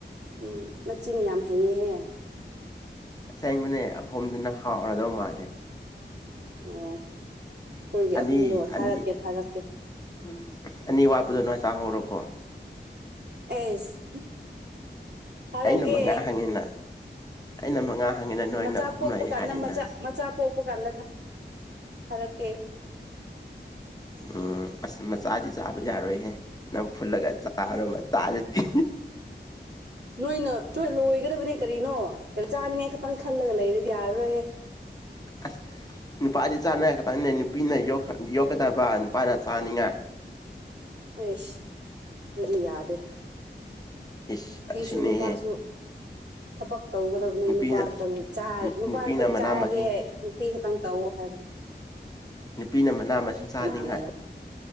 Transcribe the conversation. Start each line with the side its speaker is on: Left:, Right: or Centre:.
Right: ꯎꯝ ꯃꯆꯤꯟꯤꯟ ꯌꯥꯝ ꯍꯥꯏꯌꯦꯍꯦ
Left: ꯑꯁꯦꯡꯕꯅꯦ ꯑꯍꯨꯝꯗꯨꯅ ꯍꯥꯎꯔꯗꯧ ꯃꯥꯜꯂꯦ
Right: ꯑꯣ ꯑꯩꯈꯣꯏꯒꯤ
Left: ꯑꯅꯤ
Right: ꯑꯍꯨꯝꯗꯣ
Left: ꯑꯅꯤ
Right: ꯊꯥꯔꯛꯀꯦ ꯊꯥꯔꯛꯀꯦ
Left: ꯎꯝ ꯑꯅꯤ ꯋꯥꯄꯗꯅ ꯆꯍꯔꯣꯀꯣ
Right: ꯑꯦꯁ ꯊꯔ
Left: ꯑꯩꯅ
Right: ꯀꯦ
Left: ꯃꯉꯥ ꯍꯪꯉꯤꯅ ꯑꯩꯅ ꯃꯉꯥ ꯍꯪꯉꯤꯅ ꯅꯣꯏꯅ
Right: ꯃꯆꯥ
Left: ꯑꯍꯨꯝ
Right: ꯄꯣꯛꯄ
Left: ꯂꯩ
Right: ꯀꯥꯟꯗ
Left: ꯍꯥꯏꯅ
Right: ꯃꯆꯥ ꯃꯆꯥ ꯄꯣꯛꯄ ꯀꯥꯟꯗ ꯐꯔ ꯀꯦ
Left: ꯎꯝ ꯑꯁ ꯃꯆꯥꯗꯤ ꯆꯥꯕ ꯌꯥꯔꯣꯏꯍꯦ ꯅ ꯐꯨꯜꯂꯒꯥꯏ ꯆꯔꯣ ꯃꯗꯗꯤ
Right: ꯅꯣꯏꯅꯣꯏ ꯂꯣꯏꯒꯗꯕꯅꯦ ꯀꯔꯤꯅꯣ ꯀꯣ ꯆꯥꯅꯤꯡꯉꯥꯏ ꯈꯛꯇꯪ ꯈꯜꯂꯒ ꯂꯩꯔꯗꯤ ꯌꯥꯔꯔꯣꯏꯍꯦ
Left: ꯑ ꯅꯨꯄꯥꯗꯤ ꯆꯥꯅꯉꯥꯏ ꯈꯛꯇꯪꯅꯦ ꯅꯨꯄꯤꯅ ꯌꯣꯛꯀꯗꯕ ꯅꯨꯄꯥꯅ ꯆꯥꯅꯤꯡꯉꯥꯏ
Right: ꯑꯁ ꯑꯗꯨꯗꯤ ꯌꯥꯗꯦ
Left: ꯏꯁ ꯑꯁꯤꯅꯦꯍꯦ
Right: <inaudible> ꯇꯧꯒꯗꯕꯅꯦ
Left: ꯅꯨꯄꯤꯅ
Right: ꯅꯨꯄꯥ ꯈꯛꯇꯪ ꯅꯨꯄꯥ
Left: ꯅꯨꯄꯤꯅ
Right: ꯈꯛꯇꯪ
Left: ꯃꯅꯥ
Right: ꯆꯥꯒꯦ
Left: ꯃꯁꯤꯡ
Right: ꯅꯨꯄꯤ ꯈꯛꯇꯪ ꯇꯧꯑꯣ ꯍꯥꯏꯕꯅꯦ
Left: ꯅꯨꯄꯤꯅ ꯃꯅꯥ ꯃꯁꯤꯡ
Right: ꯀꯅꯥꯅ
Left: ꯆꯥꯅꯤꯡꯉꯥꯏ
Right: ꯌꯥ